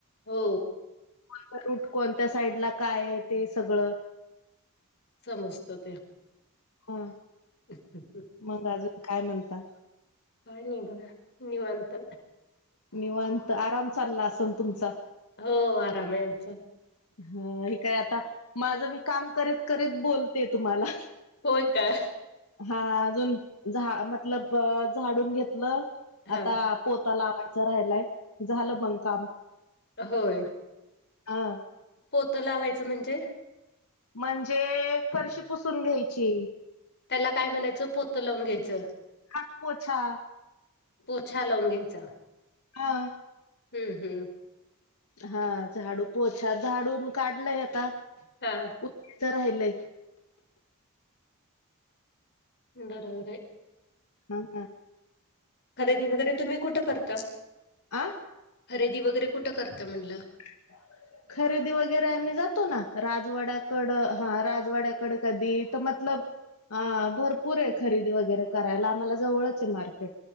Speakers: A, on the left; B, on the left.
A: हो
B: कोणत रूट कोणत्या साईड ला काय आहे ते सगळं.
A: समजत ते
B: हा
A: <unintelligible>
B: मग अजून काय म्हणता?
A: काय नाही बघा निवांत.
B: निवांत आराम चालला असेल तुमचा.
A: हो आराम आहे आमचा.
B: ह हे काय आता माझं मी काम करीत करीत बोलते तुम्हाला.
A: होय का?
B: हा अजून. झा मतलब झाडून घेतलं.
A: हा
B: आता पोता लावायचं राहिलाय, झालं मग काम.
A: होय
B: हा
A: पोतं लावायचं म्हणजे.
B: म्हणजे फरशी पुसून घ्यायची.
A: त्याला काय म्हणायचं पोतं लावून घ्यायचं.
B: का पोछा.
A: पोछा लावून घ्यायचा.
B: हा
A: हम्म हम्म
B: हा झाडू पोछा, झाडून काढलंय आता
A: हा
B: उत्तीच राहिलंय
A: बरोबर आहे.
B: हा हा
A: खरेदी वगैरे तुम्ही कुठं करता?
B: हा
A: खरेदी वगैरे कुठं करता म्हणलं.
B: <unintelligible> खरेदी वगैरे आम्ही जातो ना राजवाड्याकडं हा राजवाड्याकंड कधी तर मतलब हा भरपूर आहे खरेदी करायला आम्हाला जवळच आहे मार्केट